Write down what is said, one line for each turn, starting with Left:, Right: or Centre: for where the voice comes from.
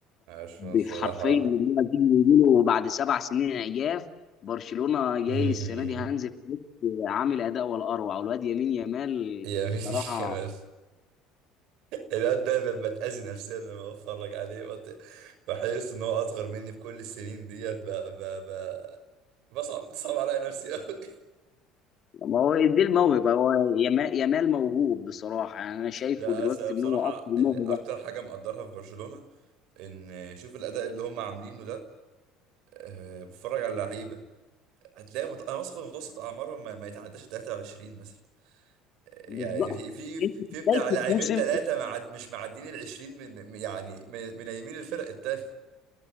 Right: عشان
Left: ب-
Right: الصراحة
Left: حرفيا اللي هو زي ما بيقولوا بعد سبع سنين عياف برشلونه جاي
Right: <laughs>
Left: السنه دي هانز فليك عامل اداء ولا اروع والواد يمين يامال
Right: يا مين
Left: صراحه
Right: كمان الواد دايما بتأذي نفسيا لما بتفرج عليه بت- بحس ان هو اصغر مني في كل السنين ديت ب... ب... ب... بصعب بتصعب عليا نفسي قوي
Left: ما هو دي الموهبة هو يما- يامال موهوب بصراحة يعني
Right: <laughs>
Left: أنا شايفه
Right: لا
Left: دلوقتي
Right: أس- بصراحة
Left: إن هو أكتر موهبة
Right: ال- اكتر حاجة مقدرها في برشلونة ان شوف الاداء اللي هم عاملينه ده أه، بتفرج على اللعيبه هتلاقي مت... انا واثق إن متوسط اعمارهم ما, ما يتعداش 23 مثلا يعني
Left: بالظبط
Right: في في في
Left: أنت في
Right: بتاع
Left: بداية
Right: لاعبين
Left: الموسم
Right: ثلاثه معد... مش معدين ال 20 من من- يعني من... من يمين الفرق التانيه